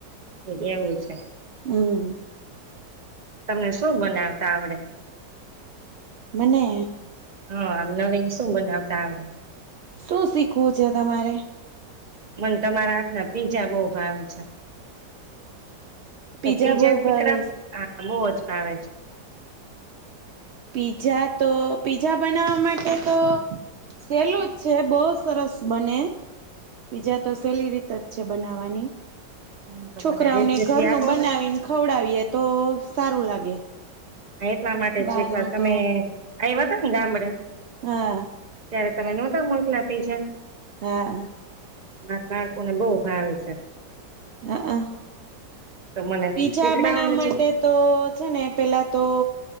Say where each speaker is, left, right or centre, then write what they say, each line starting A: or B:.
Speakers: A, on the right; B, on the right.
A: <inaudible> એવું છે.
B: હમ્મ.
A: તમને શું બનાવતા આવડે?
B: મને
A: હા આમ નવીન શું બનાવતા આવડે?
B: શું શીખવું છે તમારે?
A: મને તમારા હાથના પીજા બઉ ભાવે.
B: પીઝા
A: તો પીજા
B: બહુ
A: શીકડાવ,
B: ભાવે
A: આ બોવજ ભાવે છે.
B: પીઝા તો પીઝા બનાવવા માટે તો સહેલું જ છે, બહુ સરસ બને, પીઝા તો સહેલી રીતે જ છે બનાવાની.
A: આમ તો
B: છોકરાઓને
A: મને રેસીપી
B: ઘરનું
A: આપો
B: બનાવીને
A: ને
B: ખવડાવીએ તો સારું લાગે.
A: હા એટલા માટે
B: બારનું
A: છે એક વાર તમે
B: તો
A: આવ્યા તા ને ગામડે
B: હા.
A: ત્યારે તમે નહોતા મોકલા પીઝા
B: હા.
A: માર બાળકોને બહુ ભાવે છે.
B: અહહ
A: તો મને
B: પીજા
A: શીખડાવો
B: બનાવવા
A: ને
B: માટે તો છે ને પેલા તો